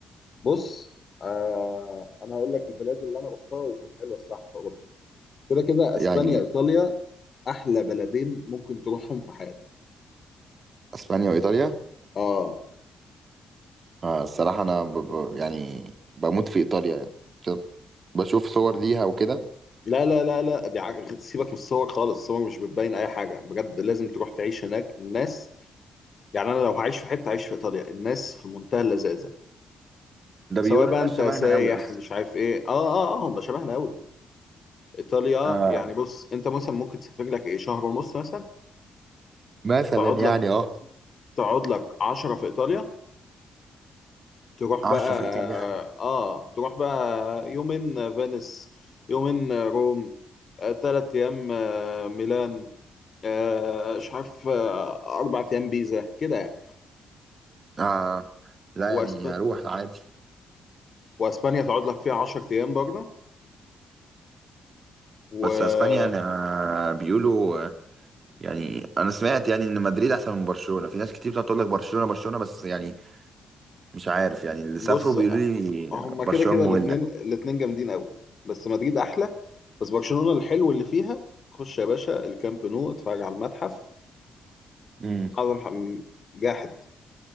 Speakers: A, on the left (about 50°); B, on the right (about 50°).
A: بص آه انا هقول لك البلاد اللي انا رحتها وكانت حلوه الصراحه في اوروبا كده كده اسبانيا
B: يعني
A: ايطاليا احلى بلدين ممكن تروحهم في حياتك
B: اسبانيا وايطاليا
A: اه
B: آه، الصراحه انا ب... ب... يعني بموت في ايطاليا يعني كده بشوف صور ليها وكده
A: لا لا لا لا دي عج... سيبك من الصور خالص الصور مش بتبين اي حاجه بجد لازم تروح تعيش هناك الناس يعني انا لو هعيش في حته هعيش في ايطاليا الناس في منتهى اللذاذه
B: ده بيقولوا
A: سواء بقى
B: الناس
A: انت
B: شبهنا
A: سايح
B: قوي اصلا
A: مش عارف ايه اه اه اه هم شبهنا قوي ايطاليا
B: آه
A: يعني بص انت مثلا ممكن تسافر لك ايه شهر ونص مثلا
B: مثلا
A: تقعد
B: يعني
A: لك
B: اه
A: تقعد لك 10 في ايطاليا تروح
B: عشرة
A: بقى
B: في
A: اه
B: ايطاليا
A: آه، تروح بقى يومين فينيس يومين روم آه تلات ايام آه ميلان آه مش عارف آه اربع ايام بيزا كده يعني
B: آه لا
A: وأسب...
B: يعني اروح عادي
A: واسبانيا تقعد لك فيها 10 ايام برضه و
B: بس اسبانيا انا بيقولوا آه، يعني انا سمعت يعني ان مدريد احسن من برشلونة في ناس كتير بتقعد تقول لك برشلونة برشلونة بس يعني مش عارف يعني اللي سافروا
A: بص
B: بيقولوا لي
A: هما
B: برشلونة
A: كده كده الاثنين
B: مملة
A: الاثنين جامدين قوي بس مدريد احلى بس برشلونة الحلو اللي فيها خش يا باشا الكامب نو اتفرج على المتحف
B: امم
A: اعظم ح- جاحد